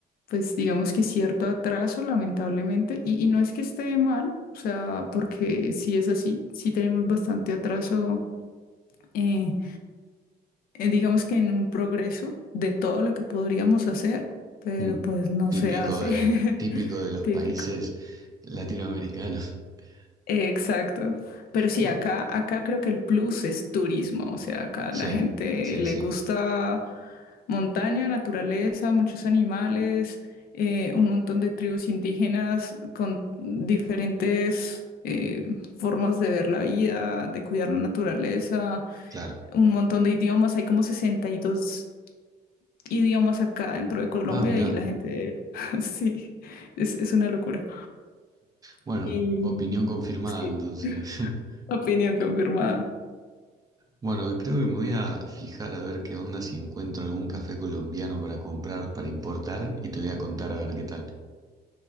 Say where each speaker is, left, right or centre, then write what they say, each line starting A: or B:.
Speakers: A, on the left; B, on the right.
A: pues digamos que cierto atraso, lamentablemente, y, y no es que esté mal, o sea, porque sí es así, sí tenemos bastante atraso. eh, eh, digamos que en un progreso de todo lo que podríamos hacer, pero
B: Mm.
A: pues no
B: Típico
A: se hace.
B: de,
A: <laughs>
B: típico de los
A: Típico.
B: países latinoamericanos. <laughs>
A: Exacto. Pero sí,
B: Bueno,
A: acá, acá creo que el plus es turismo. O sea, acá
B: sí,
A: la gente
B: sí,
A: le
B: sí,
A: gusta montaña, naturaleza, muchos animales, eh, un montón de tribus indígenas con diferentes eh, formas de ver la vida, de cuidar la naturaleza,
B: claro.
A: un montón de idiomas. Hay como 62 idiomas acá dentro de Colombia
B: Ah, mirá.
A: y la gente, <laughs> sí, es, es una locura.
B: Bueno,
A: Y
B: opinión confirmada
A: sí,
B: entonces. <laughs>
A: opinión confirmada.
B: Bueno, creo que me voy a fijar a ver qué onda si encuentro algún café colombiano para comprar, para importar, y te voy a contar a ver qué tal.